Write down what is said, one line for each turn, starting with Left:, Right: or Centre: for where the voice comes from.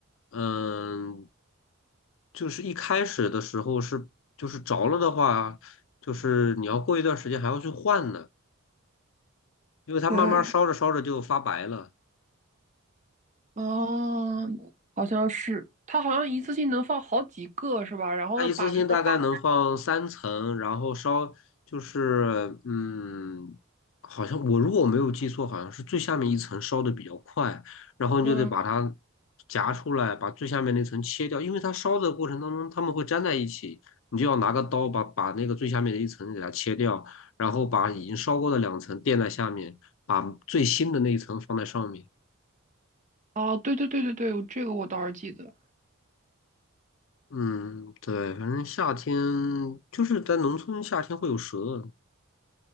Left: 嗯，就是一开始的时候是就是着了的话，就是你要过一段时间还要去换呢，因为它慢慢烧着烧着就发白了。
Right: 对，哦，好像是，它好像一次性能放好几个是吧？然后把那个发牌
Left: 它一次性大概能放三层，然后烧就是嗯，好像我如果我没有记错，好像是最下面一层烧的比较快，然后你就得把它
Right: 的，嗯，
Left: 夹出来，把最下面那层切掉，因为它烧的过程当中它们会粘在一起，你就要拿个刀把把那个最下面的一层给它切掉，然后把已经烧过的两层垫在下面，把最新的那一层放在上面。
Right: 啊，对对对对对，这个我倒是记得。
Left: 嗯，对，反正夏天就是在农村，夏天会有蛇。